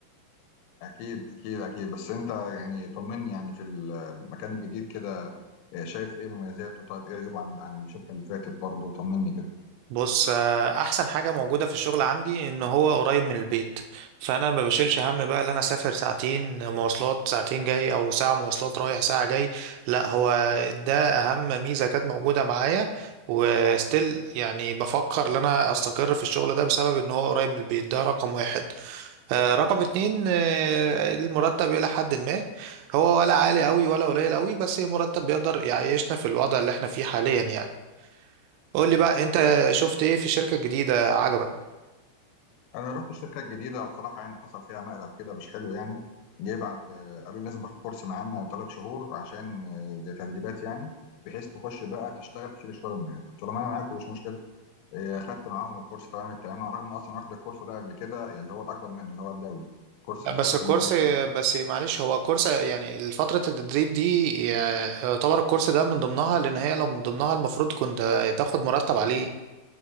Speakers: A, on the left (about 80°); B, on the right (about 90°).
A: أكيد أكيد أكيد بس أنت يعني طمني يعني في المكان الجديد كده آه، شايف إيه مميزاته طيب إيه عيوبه عن عن الشركة اللي فاتت برضو طمني كده
B: بص آه، احسن حاجه موجوده في الشغل عندي ان هو قريب من البيت فانا ما بشيلش هم بقى ان انا اسافر ساعتين مواصلات ساعتين جاي او ساعه مواصلات رايح ساعه جاي لا هو ده اهم ميزه كانت موجوده معايا وستيل يعني بفكر ان انا استقر في الشغل ده بسبب ان هو قريب من البيت ده رقم واحد آه، رقم اتنين آه، المرتب الى حد ما هو ولا عالي قوي ولا قليل قوي بس مرتب بيقدر يعيشنا في الوضع اللي احنا فيه حاليا يعني قول لي بقى انت شفت ايه في الشركة الجديدة عجبك
A: انا رحت الشركه الجديده بصراحه يعني حصل فيها مقلب كده مش حلو يعني جه بعد آه، قالوا لي لازم تاخد كورس معانا ثلاث شهور عشان آه، زي تدريبات يعني بحيث تخش بقى تشتغل تشيل الشغل معانا قلت لهم انا معاكم مش مشكله آه، خدت معاهم الكورس تمام التمام على الرغم ان اصلا واخد الكورس ده قبل كده اللي هو الاكبر منه اللي هو الدولي كورس
B: لا،
A: سي
B: بس
A: سي
B: الكورس
A: ان ايه
B: بس معلش هو كورس يعني فترة التدريب دي يعتبر الكورس ده من ضمنها لان هي لو من ضمنها المفروض كنت تاخد مرتب عليه